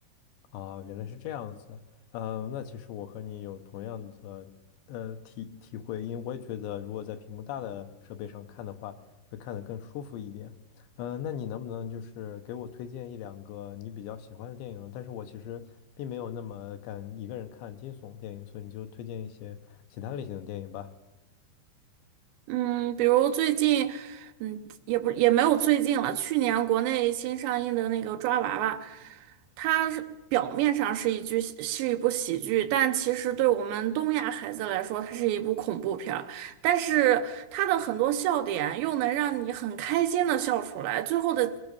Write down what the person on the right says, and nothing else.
嗯，比如最近，嗯，也不也没有最近了，去年国内新上映的那个《抓娃娃》，它是表面上是一剧是一部喜剧，但其实对我们东亚孩子来说，它是一部恐怖片儿。但是它的很多笑点又能让你很开心的笑出来，最后的，